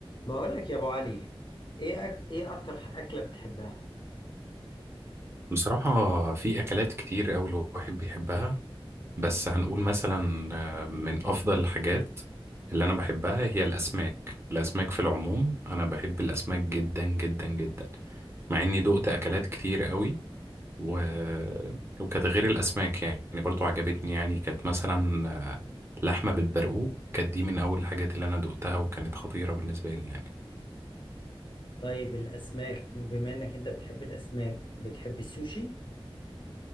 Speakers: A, on the left; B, on the right.
A: بقول لك يا ابو علي ايه أك... ايه اكتر ح- اكله بتحبها
B: بصراحة في أكلات كتير أوي الواحد بيحبها بس هنقول مثلا آه، من أفضل الحاجات اللي أنا بحبها هي الأسماك الأسماك في العموم أنا بحب الأسماك جدا جدا جدا مع إني دقت أكلات كتير أوي و... وكانت غير الأسماك يعني برضو عجبتني يعني كانت مثلا آه، لحمة بالبرقوق كانت دي من أول الحاجات اللي أنا دقتها وكانت خطيرة بالنسبة لي يعني
A: طيب الاسماك بما انك انت بتحب الاسماك بتحب السوشي